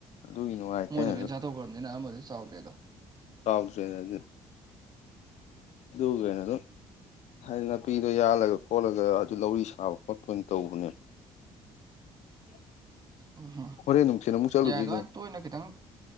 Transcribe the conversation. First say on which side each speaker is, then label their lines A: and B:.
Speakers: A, on the left; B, on the right.
A: ꯑꯗꯨꯒꯤ ꯅꯨꯡꯉꯥꯏꯇꯦ
B: ꯃꯣꯏꯅ
A: ꯑꯩꯅꯁꯨ
B: ꯂ‌ꯣꯏꯟ ꯆꯥꯊꯣꯛꯈ꯭ꯔꯕꯅꯤꯅ ꯑꯃꯗꯤ ꯆꯥꯎꯗ꯭ꯔꯦꯗꯣ
A: ꯆꯥꯎꯗ꯭ꯔ‌ꯦ ꯑꯗꯤ ꯑꯗꯨꯒ ꯀꯩꯟꯗꯨꯝ ꯍꯥꯏꯗꯤ ꯅꯥꯄꯤꯗꯣ ꯌꯥꯜꯂꯒ ꯈꯣꯠꯂꯒ ꯑꯗꯨ ꯂꯧꯔꯤ ꯁꯥꯕ ꯈꯣꯠꯄ ꯑꯣꯏꯅ ꯇꯧꯕꯅꯦꯕ <unintelligible>
B: ꯎꯝ ꯎꯝ
A: ꯍꯣꯔꯦꯟ ꯅꯨꯡꯊꯤꯜ ꯑꯃꯨꯛ ꯆꯠꯂꯨꯗꯣꯏꯅꯦ
B: ꯌꯥꯏ ꯑꯗꯨꯃꯥꯏꯅ ꯇꯣꯏꯅ ꯈꯤꯇꯪ